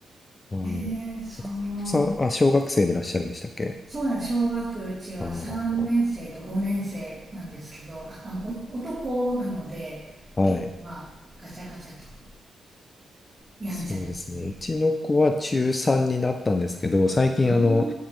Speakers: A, on the left; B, on the right.
A: はい
B: ねえ、そう。
A: さん、あ、小学生でいらっしゃるんでしたっけ
B: そうなんです。小学うちは3年生と5年生なんですけど、
A: ああ、
B: あ、あの、お男なので、
A: はい。
B: 結構まあ、ガチャガチャと、はい、やんちゃですね。
A: そうですね。うちの子は中3になったんですけど、最近あの、
B: あ